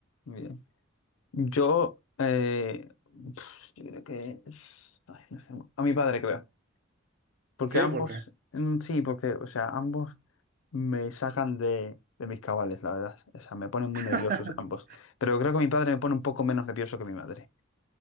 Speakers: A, on the left; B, on the right.
A: Muy bien. Yo, eh, pf, yo creo que, ay, no sé, a mi padre creo. Porque
B: Sí,
A: ambos,
B: ¿por qué?
A: mm, sí, porque, o sea, ambos me sacan de, de mis cabales, la verdad. O sea, me ponen
B: <laughs>
A: muy nerviosos ambos. Pero creo que mi padre me pone un poco menos nervioso que mi madre.